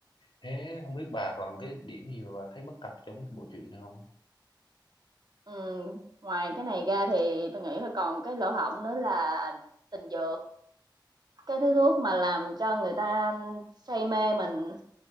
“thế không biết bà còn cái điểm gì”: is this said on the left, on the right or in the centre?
Left